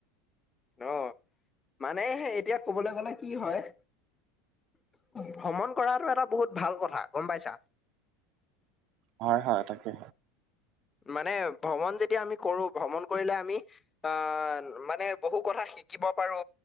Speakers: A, on the left (about 20°); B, on the right (about 55°).
A: অঁ' মানে এতিয়া ক'বলৈ গ'লে কি হয়- ভ্ৰমণ কৰাটো এটা বহুত ভাল কথা গম পাইছা।
B: হয় হয়, তাকে।
A: মানে ভ্ৰমণ যেতিয়া আমি কৰো ভ্ৰমণ কৰিলে আমি। আ মানে বহু কথা শিকিব পাৰো